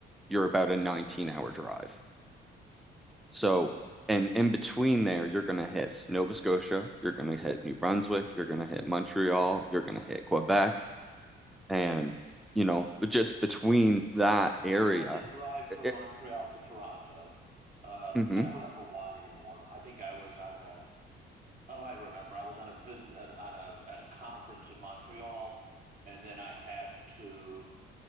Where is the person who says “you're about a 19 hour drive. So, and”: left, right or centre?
Centre